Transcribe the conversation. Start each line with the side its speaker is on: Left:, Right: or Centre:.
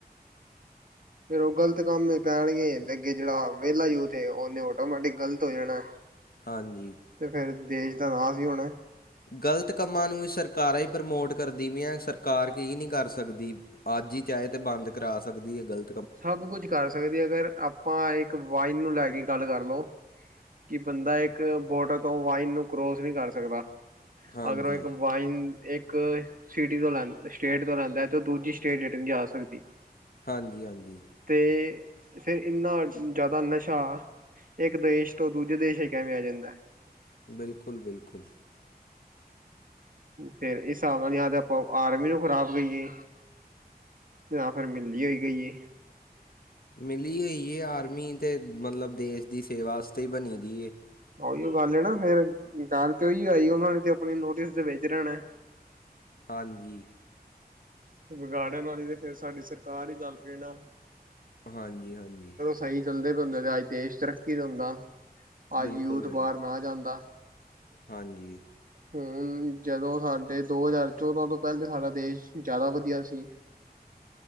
Right: ਫਿਰ ਉਹ ਗਲਤ ਕੰਮ ਈ ਪੈਣਗੇ ਤੇ ਅੱਗੇ ਜਿਹੜਾ ਵਿਹਲਾ ਯੂਥ ਏ ਉਹਨੇ ਆਟੋਮੈਟਿਕ ਗਲਤ ਹੋ ਜਾਣਾ।
Left: ਹਾਂਜੀ
Right: ਤੇ ਫੇਰ ਦੇਸ਼ ਦਾ ਨਾਂਸ ਈ ਹੋਣਾ।
Left: ਗਲਤ ਕੰਮਾਂ ਨੂੰ ਵੀ ਸਰਕਾਰਾਂ ਈ ਪ੍ਰਮੋਟ ਕਰਦੀ ਵੀਆਂ ਸਰਕਾਰ ਕੀ ਨੀ ਕਰ ਸਕਦੀ। ਅੱਜ ਈ ਚਾਹੇ ਤੇ ਬੰਦ ਕਰਾ ਸਕਦੀ ਏ ਗਲ
Right: ਸਭ ਕੁਛ ਕਰ ਸਕਦੀ ਅਗਰ ਆਪਾਂ ਇੱਕ ਵਾਈਨ ਨੂੰ ਲੈ ਕੇ ਈ ਗੱਲ ਕਰ ਲੋ। ਕਿ ਬੰਦਾ ਇੱਕ ਬੋਡਰ ਤੋਂ ਵਾਈਨ ਨੂੰ ਕਰੋਸ ਨੀ ਕਰ ਸਕਦਾ,
Left: ਹਾਂਜੀ
Right: ਅਗਰ ਉਹ ਇੱਕ ਵਾਈਨ ਇੱਕ ਸਿਟੀ ਤੋਂ ਲੈਂਨ ਸਟੇਟ ਤੋਂ ਲੈਂਦਾ ਤੇ ਉਹ ਦੂਜੀ ਸਟੇਟ ਰਿਟਨ ਨੀ ਆ ਸਕਦੀ।
Left: ਹਾਂਜੀ- ਹਾਂਜੀ।
Right: ਤੇ ਫਿਰ ਇਨਾ ਜਿਆਦਾ ਨਸ਼ਾ- ਇਕ ਦੇਸ਼ ਤੋ ਦੂਜੇ ਦੇਸ਼ ਹੀ ਕਿਵੇ ਆ ਜਾਦਾ।
Left: ਬਿਲਕੁਲ- ਬਿਲਕੁਲ।
Right: ਫੇਰ ਹਿਸਾਬ ਨਾਲ ਨ ਯਾ ਆਪਾਂ ਆਰਮੀ ਨੂੰ ਖਰਾਬ ਕਹੀਏ। ਜਾਂ ਫੇਰ ਮਿਲਦੀ ਹੋਈ ਗਈ ਹੈ।
Left: ਮਿਲੀ ਹੋਈਏ ਆਰਮੀ ਤੇ, ਮਤਲਬ ਦੇਸ਼ ਦੀ ਸੇਵਾਸਤੇ ਹੀ ਬਣੀ ਦੀ ਏ।
Right: ਉਈਓ ਗੱਲ ਏ ਨਾ, ਫੇਰ ਗੱਲ ਤੇ ਉਹੀ ਆਈ ਉਹਨਾਂ ਨੇ ਤੇ ਆਪਣੇ ਨੋਟਿਸ ਤੇ ਵਿਚ ਰਹਿਣਾ ਐ।
Left: ਹਾਂਜੀ।
Right: ਵਿਗਾੜਣ ਵਾਲੀ ਤੇ ਫੇਰ ਸਾਡੀ ਸਰਕਾਰ ਈ ਚੱਲ ਗੀ ਨਾ।
Left: ਹਾਂਜੀ-ਹਾਂਜੀ।
Right: ਸਈ ਚੱਲਦੇ ਪੇ ਹੁੰਦੇ ਤੇ ਦੇਸ਼ ਤਰੱਕੀ ਤੇ ਹੁੰਦਾ।
Left: ਬਿਲਕੁਲ
Right: ਅੱਜ ਯੂਥ
Left: ਬਿਲਕੁਲ
Right: ਬਾਹਾਰ ਨਾ ਜਾਂਦਾ।
Left: ਹਾਂਜੀ।
Right: ਹੁਣ ਜਦੋਂ ਸਾਡੇ ਦੋ ਹਜ਼ਾਰ ਚੌਦਾਂ ਤੋਂ ਪਹਿਲੇ ਸਾਡਾ ਦੇਸ਼ ਜ਼ਿਆਦਾ ਵਧੀਆ ਸੀ।
Left: <inaudible>